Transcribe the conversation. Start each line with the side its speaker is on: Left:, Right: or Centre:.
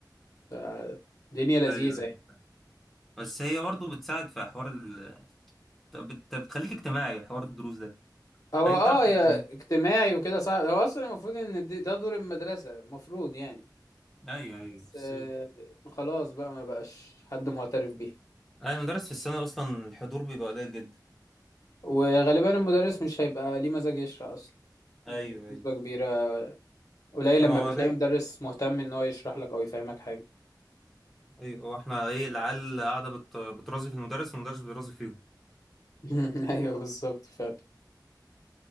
Left: فالدنيا لذيذة
Centre: ايوه ايوه
Left: يعني
Centre: فاهم بس هي برضه بتساعد في حوار ال... بت... بتخليك اجتماعي حوار الدروس ده
Left: هو
Centre: خليك
Left: اه
Centre: تعرف كده
Left: يا اجتماعي وكده صح هو اصلا المفروض ان دي- ده دور المدرسة المفروض يعني
Centre: ايوه ايوه
Left: بس
Centre: بس
Left: آه، خلاص بقى ما بقاش حد معترف بيه
Centre: اي مدرس في السنة اصلا الحضور بيبقى قليل جدا
Left: وغالبا المدرس مش هيبقى ليه مزاج يشرح اصلا يعني
Centre: ايوه
Left: بنسبة
Centre: ايوه
Left: كبيرة قليل لما
Centre: اه
Left: بتلاقي
Centre: ده-
Left: مدرس مهتم ان هو يشرح لك او يفهمك حاجه
Centre: ايوه هو احنا ايه العيال قاعدة بت... بترازي في المدرس والمدرس بيرازي فيهم
Left: <laughs> ايوه بالظبط فعلا